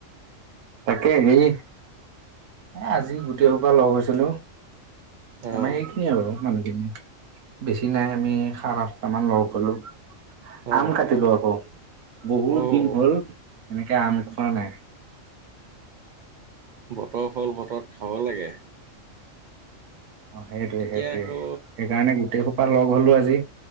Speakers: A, on the right (about 75°); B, on the right (about 60°).
A: তাকে সেৰি আজি গোটেইসোপা লগ হৈছিলো আমাৰ
B: অ',
A: এইখিনি আৰু মানে <unintelligible> <unintelligible> বেছি নাই আমি সাৰে আঠটামান লগ পালো <unintelligible>
B: অ',
A: আম কাটিলো আকৌ বহুত
B: অ'।
A: দিন হ'ল এনেকে আম খোৱা নাই
B: বতৰ ফল বতৰত খাব লাগে
A: অ সেইটোয়ে
B: এতিয়া
A: সেইটোয়ে
B: আকৌ
A: সেইকাৰণে গোটেই বা লগ হ'লোঁ আজি